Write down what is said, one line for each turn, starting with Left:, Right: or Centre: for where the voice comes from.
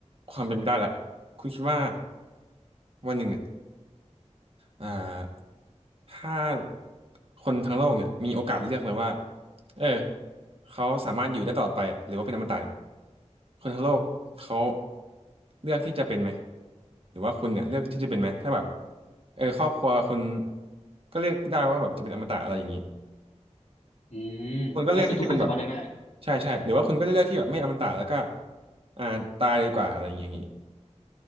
Right: ความเป็นไปได้ละคุณคิดว่าวันหนึ่งเนี่ยอ่าถ้าคนทั้งโลกเนี่ยมีโอกาสเลือกเลยว่าเออเขาสามารถอยู่ได้ตลอดไปอะหรือว่าเป็นอมตะเนี่ยคนทั้งโลกเขาเลือกที่จะเป็นไหมหรือว่าคุณเนี่ยเลือกที่จะเป็นไหมถ้าแบบเออครอบครัวคุณก็เลือกได้ว่าแบบจะเป็นอมตะอะไรอย่างนี้
Left: อืมก็คือทุกคนสามารถเลือกได้
Right: คุณก็เลือกที่จะเป็นแบบใช่ใช่หรือว่าคุณก็เลือกที่แบบไม่อมตะแล้วก็อ่าตายดีกว่าอะไรอย่างนี้